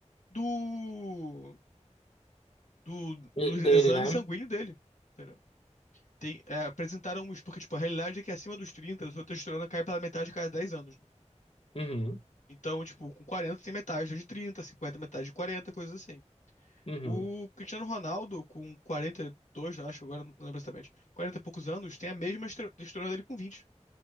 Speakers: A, on the left; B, on the left.
A: do, do,
B: E-
A: do
B: Dele,
A: exame
B: né?
A: sanguíneo dele, entendeu? Tem, é, apresentaram isso porque, tipo, a realidade é que acima dos 30 a sua testosterona cai pela metade a cada 10 anos, né?
B: Uhum.
A: Então, tipo, com 40 tem metade de 30, 50 metade de 40, coisas assim.
B: Uhum.
A: O Cristiano Ronaldo, com 42, eu acho, agora não lembro exatamente, 40 e poucos anos, tem a mesma estro- estrutura dele com 20.